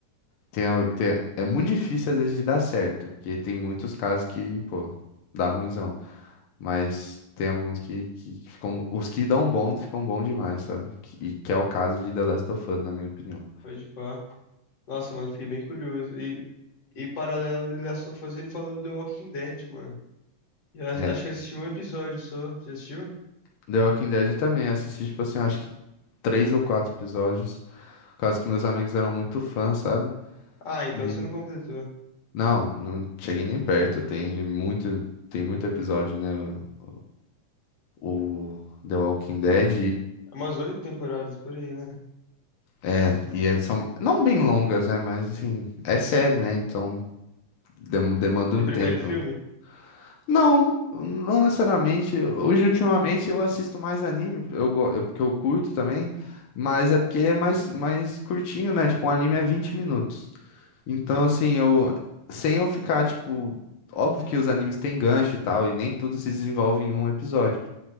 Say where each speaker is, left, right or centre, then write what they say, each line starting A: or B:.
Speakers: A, on the left; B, on the left.
A: tem, a- tem, é muito difícil às vezes de dar certo, porque tem muitos casos que, pô, dá ruinzão. Mas tem alguns que, que ficam. Os que dão bom ficam bom demais, sabe? Que- E que é o caso de The Last of Us, na minha opinião.
B: Pode pá. Nossa, mano, fiquei bem curioso. E, e paralelo do Last of Us, ele falou do The Walking Dead, mano. E eu acho
A: É.
B: acho que eu assisti um episódio só. Já assistiu?
A: The Walking Dead também. eu Assisti, tipo assim, eu acho que três ou quatro episódios. Por causa que meus amigos eram muito fãs, sabe?
B: Ah, então
A: E.
B: você não completou. É
A: Não, não cheguei nem perto. Tem muito, tem muito episódio, né? O o The Walking Dead
B: umas oito temporadas por aí, né?
A: É, e elas são não bem longas, né? Mas assim, é série, né? Então dem- demanda
B: Você
A: um
B: prefere
A: tempo.
B: filme?
A: Não, não necessariamente. Hoje, ultimamente, eu assisto mais anime, eu, go- eu- porque eu curto também, mas é porque é mais, mais curtinho, né? Tipo, um anime é 20 minutos. Então, assim, eu sem eu ficar, tipo, óbvio que os animes têm gancho e tal, e nem tudo se desenvolve em um episódio.